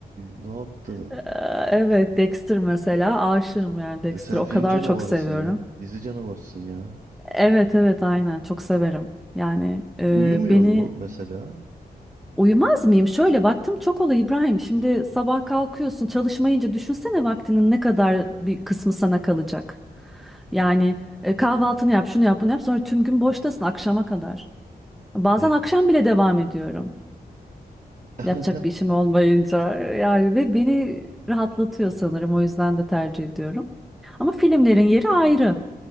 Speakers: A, on the right; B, in the centre.
A: ne yaptın?
B: E, evet Dexter mesela aşığım yani Dexter'ı
A: E sen film
B: o kadar
A: canavarısın
B: çok seviyorum.
A: ya, dizi canavarısın ya.
B: Evet evet aynen çok severim. Yani e,
A: Uyumuyorsun
B: beni
A: mu mesela?
B: Uyumaz mıyım? Şöyle vaktim çok oluyor İbrahim. Şimdi sabah kalkıyorsun çalışmayınca düşünsene vaktinin ne kadar bir kısmı sana kalacak. Yani e, kahvaltını yap, şunu yap, bunu yap. Sonra tüm gün boştasın akşama kadar. Bazen
A: E,
B: akşam bile devam ediyorum.
A: <laughs>
B: Yapacak bir işim olmayınca. Yani ve beni rahatlatıyor sanırım. O yüzden de tercih ediyorum. Ama filmlerin yeri ayrı